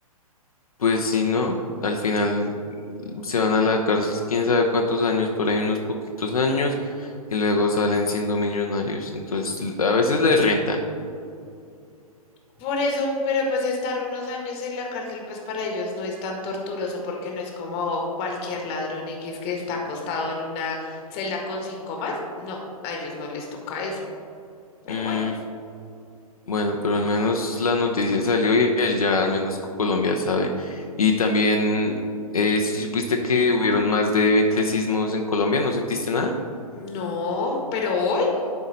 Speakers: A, on the left (about 70°); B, on the left (about 30°).
A: Pues si no, al final se van a la cárcel quién sabe cuántos años, por ahí unos poquitos años, y luego salen siendo millonarios. Entonces a veces les renta.
B: Por eso, pero pues estar unos años en la cárcel, pues para ellos no es tan torturoso porque no es como cualquier ladrón X que está acostado en una celda con cinco más. No, a ellos no les toca eso. Pero
A: Mm,
B: bueno,
A: bueno, pero al menos la noticia salió y él ya al menos Colombia sabe. Y también, eh, si supiste que hubieron más de 20 sismos en Colombia, ¿no sentiste nada?
B: no, pero hoy,